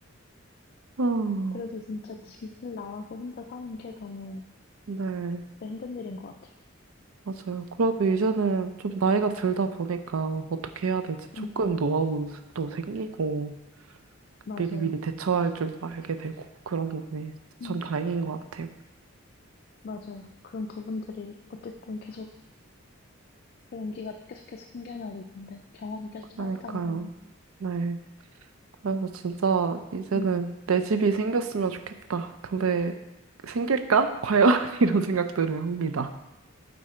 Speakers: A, on the right; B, on the left.
A: 아,
B: 그래서 진짜 집을 나와서 혼자 사는 게 너무
A: 네,
B: 진짜 힘든 일인 것 같아요.
A: 맞아요. 그래도 이제는 좀 나이가 들다 보니까 어떻게 해야 될지 조금
B: 음,
A: 노하우도 생기고
B: 맞아요.
A: 미리미리 대처할 줄도 알게 되고 그런 부분이 참
B: 음,
A: 다행인 것 같아요.
B: 맞아요. 그런 부분들이 어쨌든 계속 용기가 계속해서 생겨나야 될 텐데 경험이 계속
A: 그러니까요.
B: 쌓이다 보면은
A: 네. 그래서 진짜 이제는
B: 음,
A: 내 집이 생겼으면 좋겠다. 근데 생길까? 과연? <laughs> 이런 생각들을 합니다.